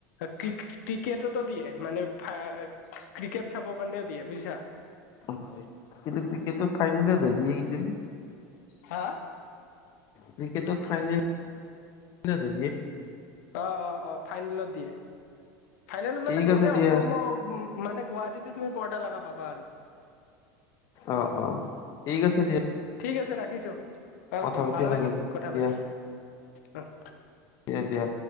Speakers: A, on the left; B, on the left.
A: ক্ৰিকেটতো দিয়ে, মানে ক্ৰিকেট চাবৰ কাৰণেও দিয়ে বুজিছা।
B: হয়। কিন্তু ক্ৰিকেটত ফাইনেলতহে দিয়ে কিজানি।
A: হা?
B: ক্ৰিকেটত ফাইনেলতহে দিয়ে।
A: অ- অ- অ, ফাইনেলত দিয়ে। ফাইনেল
B: ঠিক
A: মানে গোটেই
B: আছে দিয়া
A: অসমৰ উম, মানে গুৱাহাটীতো তুমি পৰ্দা লগা পাবা আৰু।
B: অ- অ। ঠিক আছে, দিয়া।
A: ঠিক আছে ৰাখিছো। অ-
B: কথা
A: অ,
B: পাতি
A: ভাল লাগিল কথা
B: দিয়া
A: পাতি, অ।
B: দিয়া- দিয়া।